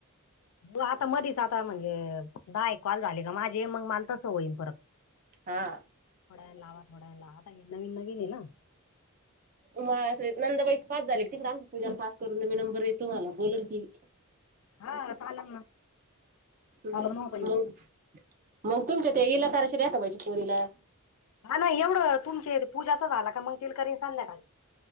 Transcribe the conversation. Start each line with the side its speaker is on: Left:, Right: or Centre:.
Left: जो आता मधीच आता म्हणजे दहा एक कॉल झाले, माझे ही माल तसं होईल परत.
Right: हा
Left: थोड्या वेळानं लावा, थोड्या वेळानं लावा. आता हे नवीन नवीन हे ना.
Right: उ नंदाबाई पास झाली, तिकडं आमची पूजा पास. करून मी नंबर येतो मला बोलन की.
Left: हा चालल ना.
Right: <inaudible>
Left: चालल ना बाई
Right: मग. मग तुमच्या ते येईला करायची रेखा बाईच्या पोरीला.
Left: हां, ना एवढं तुमचे इथ पूजाचं झाला का मग तिला करेल संध्याकाळीच.